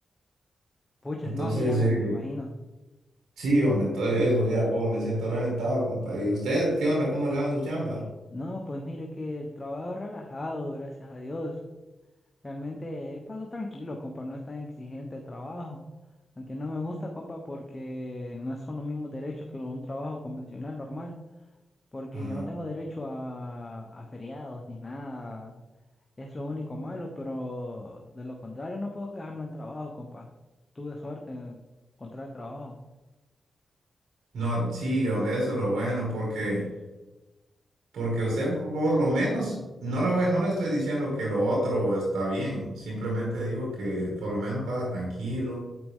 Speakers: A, on the left (about 30°); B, on the right (about 80°).
A: Pucha,
B: Entonces,
A: no, sí, ya
B: eh,
A: me imagino.
B: sí, hombre, entonces eso, ya como me siento reventado, compa. ¿Y usted qué onda? ¿Cómo le va en su chamba?
A: No, pues mire que el trabajo es relajado, gracias a Dios. Realmente paso tranquilo, compa, no es tan exigente el trabajo. Aunque no me gusta, compa, porque no son los mismos derechos que un trabajo convencional normal. Porque
B: Ajá.
A: yo no tengo derecho a, a feriados ni nada. Es lo único malo, pero de lo contrario no puedo quejarme del trabajo, compa. Tuve suerte en encontrar el trabajo.
B: No, sí, hombre, eso es lo bueno, porque, porque usted por lo menos, no le voy, no le estoy diciendo que lo otro está bien, simplemente digo que por lo menos pasa tranquilo